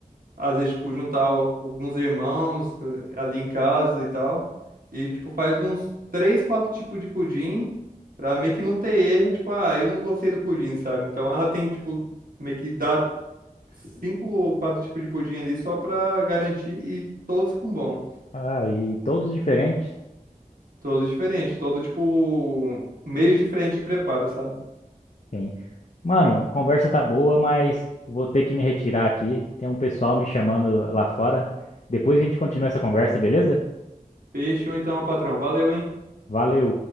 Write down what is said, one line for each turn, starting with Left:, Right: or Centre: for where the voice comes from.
Right: às vezes, tipo, juntar o- alguns irmãos eh, ali em casa e tal. E, tipo, faz uns três, quatro tipos de pudim pra meio que não ter erro. Tipo, ah, eu não gostei do pudim, sabe? Então ela tem, tipo, meio que dar cinco ou quatro tipos de pudim ali só pra garantir e todos com bom.
Left: Ah, e todos diferentes.
Right: Todos diferentes, todo, tipo, meios diferentes de preparo, sabe?
Left: Sim. Mano, a conversa tá boa, mas vou ter que me retirar aqui. Tem um pessoal me chamando lá fora. Depois a gente continua essa conversa, beleza?
Right: Fechou então, meu patrão. Valeu, hein?
Left: Valeu.